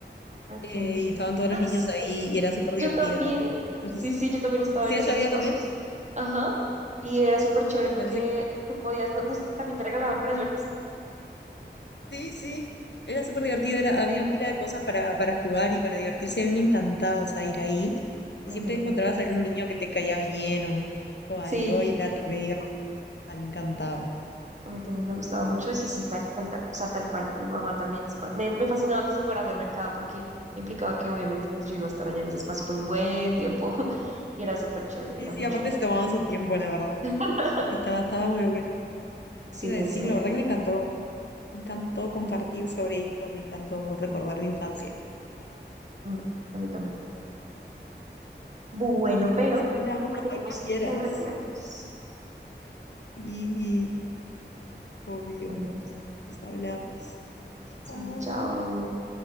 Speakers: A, on the right; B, on the left.
A: ok.
B: eh, y estaban todos
A: Ay,
B: los niños
A: sí,
B: ahí y era súper divertida.
A: Yo también,
B: No
A: sí,
B: sé si.
A: sí, yo también estaba
B: ¿Sí
A: en esos
B: allá había
A: espacios.
B: también?
A: Ajá. Y era súper chévere
B: Me
A: porque
B: parece que
A: tú podías, no, no- también te regalaban crayolas.
B: sí, sí. Era súper divertido, era, habían pila de cosas para, para jugar y para divertirse.
A: Ajá.
B: A mí me encantaba, o sea, ir ahí. Y
A: A mí
B: siempre
A: también.
B: encontrabas algún niño que te caía bien o, o algo
A: Sí,
B: y era re divertido. A mí me encantaba.
A: a mí también me gustaba mucho. Sí, sí, tal, tal, tal, o sea, tal cual. Mi mamá también es cual- Me, me fascinaba que se fuera a hacer mercado porque implicaba que obviamente pues yo iba a estar allá en ese espacio por un buen tiempo. <laughs> Y era súper chévere,
B: Sí,
A: era
B: sí,
A: muy
B: aparte
A: chévere.
B: se tomaban su tiempo, la verdad.
A: <laughs>
B: Estaba, estaba muy bueno.
A: Sí,
B: ¿Qué te iba a decir?
A: es cierto.
B: La verdad que me encantó. Me encantó compartir sobre esto. Me encantó recordar mi infancia.
A: Mm, a mí también. Bueno,
B: Bueno,
A: pero
B: nos hablamos
A: tenemos
B: cuando quieras.
A: que retirarnos.
B: Y obvio,
A: Bueno,
B: nos hablamos.
A: sí,
B: Chao.
A: chao.